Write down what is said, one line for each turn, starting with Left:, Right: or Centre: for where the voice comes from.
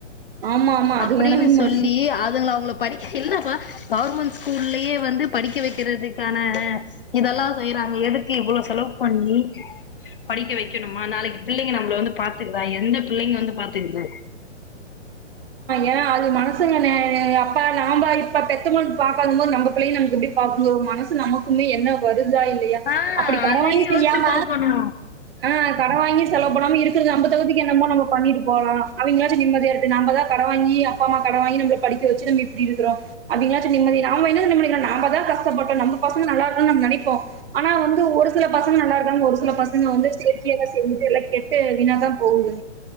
Right: ஆமா, ஆமா.
Left: அப்பிடின்னு
Right: அது வேணா உண்ம.
Left: சொல்லி அதுங்ள அவங்கள படி இல்லப்பா கவர்மெண்ட் ஸ்கூல்லயே வந்து படிக்க வெக்கிறதுக்கான இதெல்லா செய்யறாங்க எதுக்கு இவ்ள செலவு பண்ணி படிக்க வெக்கணுமா நாளைக்கு பிள்ளைங்க நம்மள வந்து பாத்துக்குதா எந்த பிள்ளைங்க வந்து பாத்துக்குது
Right: ஏனா அது மனசுங்க நெ அப்பா நாம்ப இப்ப பெத்த பொழுது பாக்காதம் போது நம்ப பிள்ளைங்க நம்மள எப்புடி பாக்குங்கோ மனசு நமக்குமே என்ன வரு தா இல்லையா
Left: ஆ
Right: அப்படி கட
Left: அதையு
Right: வாங்கி
Left: யோசிச்சு
Right: செய்யாம
Left: பாக்கணு
Right: ஆ கட வாங்கி செலவு பண்ணாம இருக்கறது நம்ப தகுதிக்கு என்னமோ நம்ம பண்ணிட்டு போலா அவிங்களாச்சி நிம்மதியாரு கடன் வாங்கி அப்பா அம்மா கடன் வாங்கி நம்ம படிக்க வச்சு நம்ம இப்படி இருக்கிறோம் அப்பங்களாச் நிம்மதி அவங்க என்ன தெரியுமா நினைக்கிறாங்க நாம தான் கஷ்டப்பட்டோம் நம்ம பசங்க நல்லா இருக்கணு நம்ம நினைப்போம் ஆனா வந்து ஒரு சில பசங்க நல்லா இருக்காங்க ஒரு சில பசங்க வந்து சேர்க்கையெல்லாம் சேர்ந்துட்டு எல்லாம் கெட்டு வீணாதான் போகுது